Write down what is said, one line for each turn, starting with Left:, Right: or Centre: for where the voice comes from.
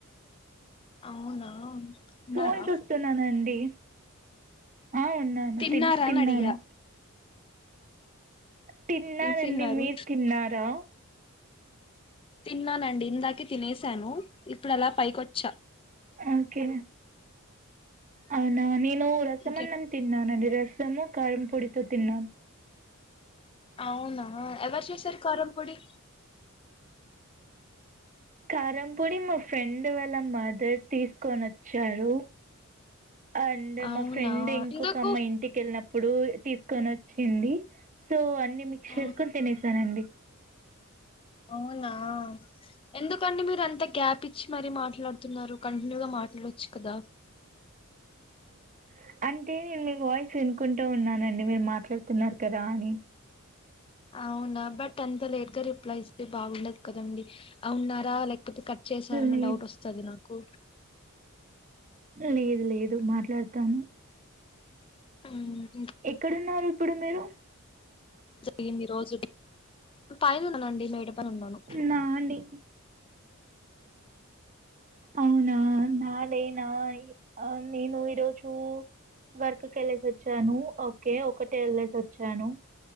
Left: అవునా తిన్నారా
Right: ఫోన్ చూస్తున్నానండి ఆ ఉన్నాను
Left: తిన్నారా
Right: తి తిన్నాను
Left: అని అడిగా
Right: తిన్నానండి
Left: ఏం తిన్నారు
Right: మీరు తిన్నారా
Left: తిన్నానండి ఇందాకే తినేసాను ఇప్పుడు అలా పైకొచ్చా
Right: ఓకే అవునా నేను రసమన్నమ్
Left: ఇంకే
Right: తిన్నా నండి రసము కారం పొడితో తిన్నాను
Left: అవునా ఎవరు చేసారు కారంపొడి
Right: కారంపొడి మా ఫ్రెండ్ వాళ్ళ మదర్ తీసుకొని వచ్చారు అండే
Left: అవునా
Right: మా ఫ్రెండ్ ఇంకొక
Left: ఎందుకు
Right: అమ్మాయి ఇంటి కెళ్ళినప్పుడు ఇప్పుడు తీసుకొని వచ్చింది సో అన్ని మిక్స్
Left: ఉమ్,
Right: చేసుకొని తినేసానండి <inaudible>
Left: అవునా ఎందుకండి మీరు అంత గ్యాప్ ఇచ్చి మరీ మాట్లాడుతున్నారు కంటిన్యూగా మాట్లాడు వచ్చు కదా
Right: <inaudible> అంటే నేను మీ వాయిస్ వినుకుంటూ ఉన్నానండి మీరు మాట్లాడుతున్నారు కదా అని
Left: అవునా బట్ అంత లేట్ గా రిప్లై ఇస్తే బాగుండదు కదండి అవున్నారా లైక్ లేకపోతే కట్ చేసారనే
Right: లే
Left: డౌట్ వస్తది నాకు
Right: లేదు లేదు మాట్లాడతాను
Left: ఉమ్
Right: ఎక్కడున్నారు ఇప్పుడు మీరు
Left: జరిగింది రోజు పైన ఉన్నానండి మేడ పైన ఉన్నాను
Right: నాండి అవునా నాలేనాయి నేను ఈరోజు ఉమ్ వర్క్ కెళ్ళేసి వచ్చాను ఓకే ఒకటే యెళ్ళేసి వచ్చాను